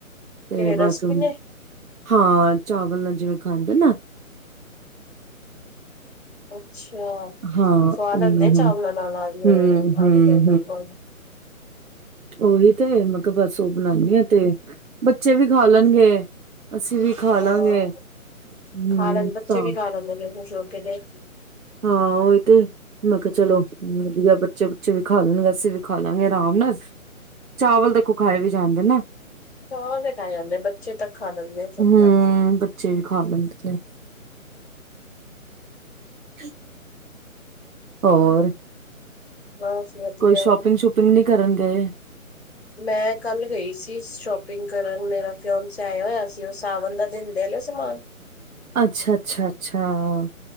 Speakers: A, on the right; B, on the left.
A: ਤੇ
B: ਕਿਹੜੇ
A: ਬਸ
B: ਰਸ
A: ਹੁਣ,
B: ਭਿੰਨੇ
A: ਹਾਂ ਚਾਵਲ ਨਾਲ ਜਿਵੇਂ ਖਾਂਦੇ ਨਾ
B: ਅੱਛਾ,
A: ਹਾਂ,
B: ਸੁਆਦ
A: ਉਹਨਾਂ
B: ਲੱਗਦੇ ਨੇ
A: ਹੁਣ
B: ਚਾਵਲਾਂ ਨਾਲ ਆਲੂ
A: ਹੂੰ,
B: ਐ
A: ਹੂੰ,
B: ਆਲੂ ਬੈਗਣ ਬ
A: ਓਹੀ ਤੇ, ਮੈਂ ਕਿਹਾ ਬਸ ਉਹ ਬਣਾਂਨੀ ਆ ਤੇ, ਬੱਚੇ ਵੀ ਖਾ ਲੈਣਗੇ ਅਸੀਂ ਵੀ ਖਾ ਲਾਂਗੇ,
B: ਹਾਂ।
A: ਹਮ,
B: ਖਾ ਲੈਂਦੇ ਬੱਚੇ
A: ਤਾਂ
B: ਵੀ ਖਾ ਲੈਂਦੇ ਨੇ ਖੁਸ਼ ਹੋਕੇ ਗਏ।
A: ਹਾਂ ਉਹੀ ਤੇ ਮੈਂ ਕਿਆ, ਚਲੋ ਵਧੀਆ ਬੱਚੇ-ਬੁਚੇ ਵੀ ਖਾ ਲੈਣਗੇ, ਅਸੀਂ ਵੀ ਖਾ ਲਾਂਗੇ ਆਰਾਮ ਨਾਲ। ਚਾਵਲ ਦੇਖੋ ਖਾਏ ਵੀ ਜਾਂਦੇ ਨਾ।
B: ਚਾਵਲ ਤੇ ਖਾ ਜਾਂਦੇ, ਬੱਚੇ ਤਾਂ ਖਾ ਜਾਂਦੇ <unintelligible>
A: ਹੂੰ, ਬੱਚੇ ਵੀ ਖਾ ਲੈਂਦੇ ਨੇ। <inaudible> ਹੋਰ।
B: ਬਸ ਵਧੀਆ।
A: ਕੋਈ ਸ਼ੋਪਿੰਗ-ਸ਼ੂਪਿੰਗ ਨੀ ਕਰਨ ਗਏ?
B: ਮੈਂ ਕੱਲ ਗਈ ਸੀ, ਸ਼ੋਪਿੰਗ ਕਰਨ, ਮੇਰਾ ਫਿਓਨਸੇ ਆਇਆ ਹੋਇਆ ਸੀ। ਉਹ ਸਾਵਣ ਦਾ ਦਿੰਦੇ ਆ ਨ ਸਮਾਨ।
A: ਅੱਛਾ-ਅੱਛਾ-ਅੱਛਾ।